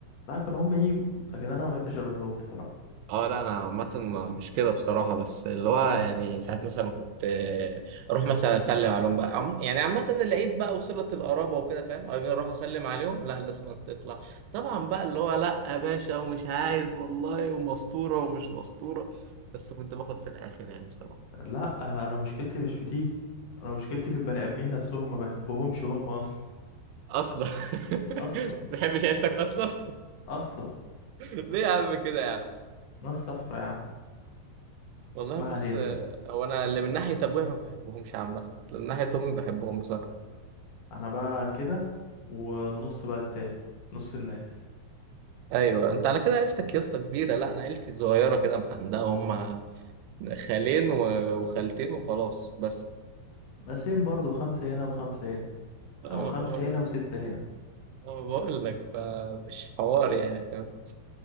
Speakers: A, on the left; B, on the right.
A: لا كانوا هم يجوا لكن أنا ما بحبش أروح لهم بصراحة
B: اه لا انا عامه ما- مش كده بصراحه بس اللي هو يعني ساعات مثلا كنت آه، اروح مثلا اسلم عليهم بقى عم- يعني عامه العيد بقى وصله القرابه وكده فاهم اجي اروح اسلم عليهم لا لازم تطلع طبعا بقى اللي هو لا يا باشا ومش عايز والله ومسطوره ومش مسطوره بس كنت باخد في الاخر يعني بصراحه
A: لا آه، أنا مشكلتي مش في دي أنا مشكلتي في البني آدمين نفسهم ما بحبهمش هم أصلا
B: اصلا <laughs>
A: أصلا
B: ما بحبش عيلتك اصلا
A: أصلا
B: <laughs> ليه يا عم كده يا عم
A: ناس صفرا يا عم
B: والله
A: ما
B: بص
A: علينا
B: آه، هو انا اللي من ناحيه ابويا ما بحبهمش عامه من ناحيه امي ما بحبهم بصراحه
A: انا بقى كده والنص بقى التاني نص الناس
B: ايوه انت على كده عيلتك يا اسطى كبيره لا انا عيلتي صغيره كده محندقه هم خالين و- وخالتين وخلاص بس
A: مقسمين برضو خمسة هنا وخمسة هنا
B: انا
A: او خمسة
B: بقول
A: هنا
B: لك
A: وستة هنا
B: انا بقول لك فمش حوار يعني فاهم